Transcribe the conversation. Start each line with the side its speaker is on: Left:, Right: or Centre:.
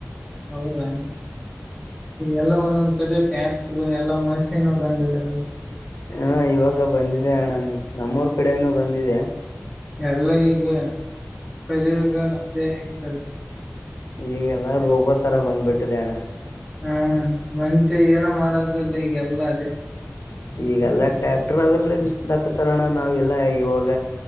Right: ಹೌದಾ ಎಲ್ಲ ಒಂದೊಂದ್ ಕಡೆ ಟ್ಯಾಕ್ಟರ್ ಎಲ್ಲಾ ಮಷಿನ್ ಬಂದಿದೆ
Left: ಹಾ ಇವಾಗ ಬಂದಿದೆ ಅಣ ನಮ್ಮೂರ್ ಕಡೆಗನೂ ಬಂದಿದೆ
Right: ಎಲ್ಲ ಈೀಗೆ ಕರಿ ಅದಯತ <unintelligible>
Left: ಈಗೆಲ್ಲ ರೋಬೋ ತರ ಬಂದ್ಬಿಟ್ಟಿದೆ ಅಣ್ಣ
Right: ಹ್ಮ್ <unintelligible> ಮಂಚೆ ಏನೋ ಮಾಡೋದಿಲ್ಲ ಈಗಲ್ಲ ಅದೇ
Left: ಈಗಲ್ಲ ಟ್ಯಾಕ್ಟರ್ ಅದ್ರಲ್ಲೇ ಬಿಸ ಹಾಕತಾರಣ ನಾವೆಲ್ಲ ಇವಾಗ